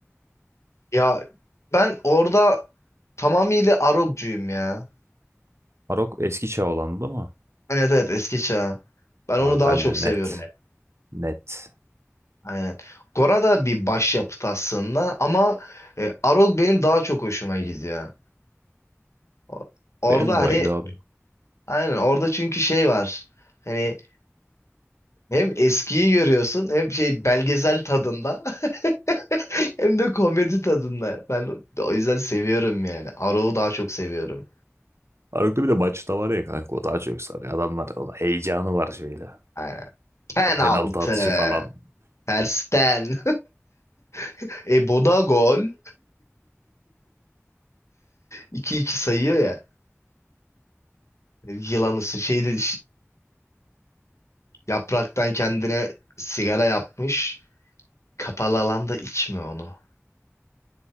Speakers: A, on the left (about 70°); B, on the right (about 60°).
A: Ya ben orada tamamıyla Arog'cuyum ya.
B: Arok eski çağ olandı ama
A: Evet evet eski çağ. Ben onu
B: abi
A: daha
B: ben
A: çok
B: de
A: seviyorum.
B: net. Net.
A: Aynen. Gora da bir başyapıt aslında ama e, Arog benim daha çok hoşuma gidiyor. O- Orada
B: Benim de
A: hani
B: öyle abi.
A: aynen orada çünkü şey var. Hani hem eskiyi görüyorsun hem şey belgesel tadında <laughs> hem de komedi tadında. Ben o yüzden seviyorum yani. Arog'u daha çok seviyorum.
B: Arok'ta bir de maçta var ya kanka o daha çok sarıyor. Adamlar o heyecanı var şöyle.
A: Aynen. Penaltı.
B: O penaltı atışı falan.
A: Tersten. <laughs> E Boda gol. 2 iki sayıyor ya. Yılan ısır. Şeyde Yapraktan kendine sigara yapmış. Kapalı alanda içme onu.